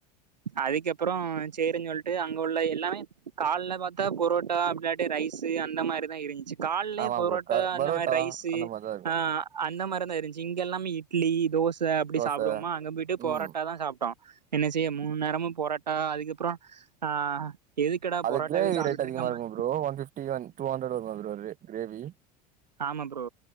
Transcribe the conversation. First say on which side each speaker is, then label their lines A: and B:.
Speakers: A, on the right; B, on the right.
A: அதுக்கப்றோ சேரின் சொல்ட்டு அங்க உள்ள எல்லா கால்ல பாத்தா பொரோட்டா அப்டிளாட்டி ரைஸ்ஸு அந்த மாரி தா இருந்ச்சு கால்லே
B: ஆமா
A: புரோட்டா
B: ப்ரோ க
A: அந்த
B: பரோட்டா
A: மாரி ரைஸு
B: அந்த மாரிதா இருக்கு
A: ஆ அந்த மாரிதா இருந்ச்சு இங்க எல்லாமே இட்லி தோச அப்டி
B: தோச
A: சாப்டுவோமா அங்க போய்ட்டு பொரட்டா
B: ம்
A: தா சாப்ட்டோ என்ன செய்ய மூணு நேரமு பொரட்டா அதுக்கப்றோ ஆ எதுக்குடா
B: அது
A: பொரோட்டாவே
B: கிரேவி
A: சாப்ட்டுட்டு
B: ரேட் அதிகமா
A: இருக்கம
B: இருக்கு bro one fifty and two hundred இருக்கு ப்ரோ ரே கிரேவி
A: ஆமா ப்ரோ